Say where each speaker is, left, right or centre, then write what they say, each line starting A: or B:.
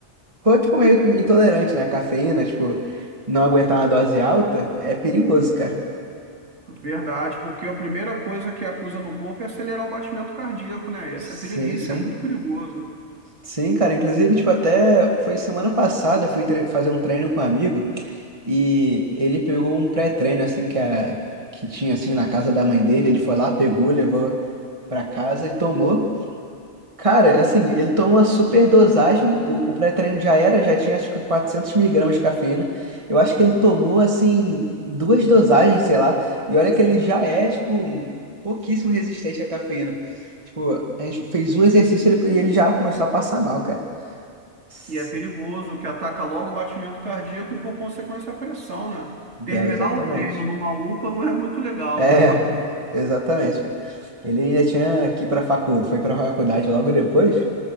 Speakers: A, on the right; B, on the right.
A: for, tipo, meio intolerante, né, à cafeína, tipo, não aguentar uma dose alta, é perigoso, cara.
B: Verdade, porque a primeira coisa que acusa no corpo é acelerar o batimento cardíaco, né? E
A: Sim,
B: Isso é, peri- isso
A: sim.
B: é muito perigoso.
A: Sim, cara. Inclusive, tipo, até foi semana passada, eu fui tre- fazer um treino com um amigo e ele pegou um pré-treino, assim, que, a... que tinha, assim, na casa da mãe dele. Ele foi lá, pegou, levou pra casa e tomou. Cara, assim, ele tomou uma super dosagem. O, o pré-treino já era, já tinha, acho que 400 miligramas de cafeína. Eu acho que ele tomou, assim, duas dosagens, sei lá. E olha que ele já é, tipo, pouquíssimo resistente à cafeína. Tipo, a gente fez um exercício e ele e ele já começou a passar mal, cara. S-
B: E é perigoso que ataca logo o batimento cardíaco e, por consequência, a pressão, né? Terminar
A: É, exatamente.
B: o treino numa UPA não é muito legal,
A: É,
B: não é bacana.
A: <laughs> exatamente, cara. Ele ainda tinha que ir pra faculdade, foi pra faculdade logo depois.